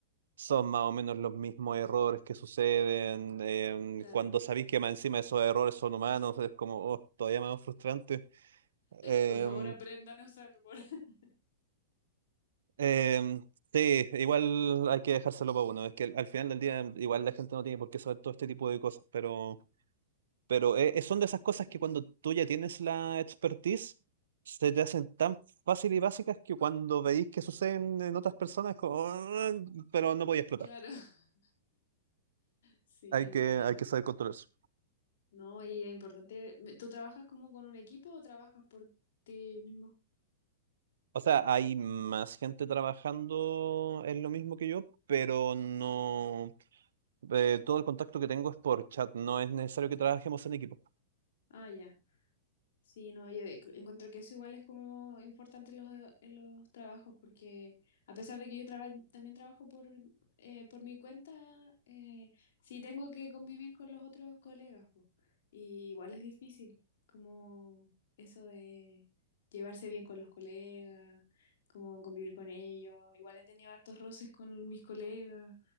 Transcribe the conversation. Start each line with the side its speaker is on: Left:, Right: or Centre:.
Right: Son más o menos los mismos errores que suceden. em,
Left: Claro.
Right: cuando sabéis que más encima esos errores son humanos, es como, oh, todavía más frustrante. Em,
Left: Por favor, aprendan a usar. por- <laughs>
Right: em, sí, igual hay que dejárselo para uno. Es que al al final del día, igual la gente no tiene por qué saber todo este tipo de cosas, pero. Pero eh, eh, son de esas cosas
Left: Mm,
Right: que cuando tú ya tienes la expertise, se te hacen tan fácil y básicas que cuando veis que suceden en otras personas, es como, "Ah", pero no podía explotar.
Left: claro. <laughs> Sí,
Right: Hay
Left: es
Right: que,
Left: verdad.
Right: hay que saber controlar eso.
Left: No, y es importante, ¿tú trabajas como con un equipo o trabajas por ti mismo?
Right: O sea, hay más gente trabajando en lo mismo que yo, pero no. eh, todo el contacto que tengo es por chat, no es necesario que trabajemos en equipo.
Left: Ah, ya. Sí, no, yo encu- encuentro que eso igual es como importante en los, en los trabajos, porque a pesar de que yo traba- también trabajo por, eh, por mi cuenta, eh, sí tengo que convivir con los otros colegas, po. Y igual es difícil, como eso de llevarse bien con los colegas, como convivir con ellos. Igual he tenido hartos roces con mis colegas.